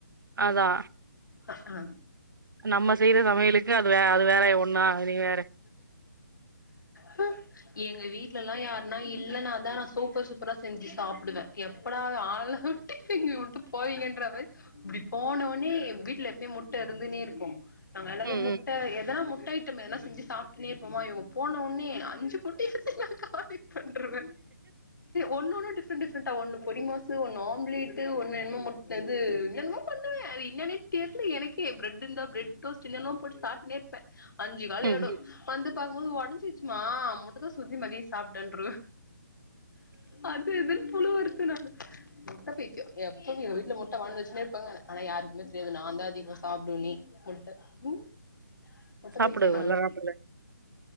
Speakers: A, on the right; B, on the left.
A: அதா
B: ஹ ஆ
A: நம்ம செய்ற சமையலுக்கு அதுவ அது வேறய ஒண்ணா நீ வேற
B: ஹு எங்க வீட்லலா யார்னா இல்லனாதா நான் சூப்பர் சூப்பரா செஞ்சு சாப்டுவ எப்படாது ஆள்ல உட்டு இங்க உட்டு போவீங்கன்ற மாரி இப்டி போனோனே வீட்ல எப்மே முட்ட இருந்துன்னே இருக்கு நாங்க எல்லார்மே
A: ம்
B: முட்
A: ம்
B: எதனா முட்டய்ட்டம் எதனா செஞ்சு சாப்ட்டுனே இருப்போமா இவுங்க போன ஒனே அஞ்சு பொட்டி <unintelligible> காட்டி பண்ட்ருவ ஒன்னு ஒன்னூ டிஃப்ரெண் டிஃப்ரெண்ட்டா ஒன்னு பொடி மாஸு ஒன்னு ஆம்லேட்டு ஒன்னு என்ன முட்டது என்மோ பண்ணுவே அது இன்னனே தெர்ல எனக்கே பிரட் இர்ந்தா பிரெட் டோஸ்ட் இல்லனோ போட் சாப்ட்னே இர்ப்ப அஞ்சு காலி
A: ம்
B: ஆய்டு வந்து பாக்குமோது ஒடஞ்சிச்சுமா முட்ட தோஸ் ஊத்தி மதியி சாப்ட்டேன்ட்ருவ அது இதுன் புழுவர்து நானு முட்ட பைத்தியோ எப்பவு எங்க வீட்ல முட்ட வான்வச்னே இர்ப்ப நானு ஆனா யாருக்குமே தெரியாது நாந்தா அதிகுமா சாப்டுவனே முட்ட முட்ட
A: சாப்டு
B: பைத்தியோ நானு
A: வல்ல சாப்டு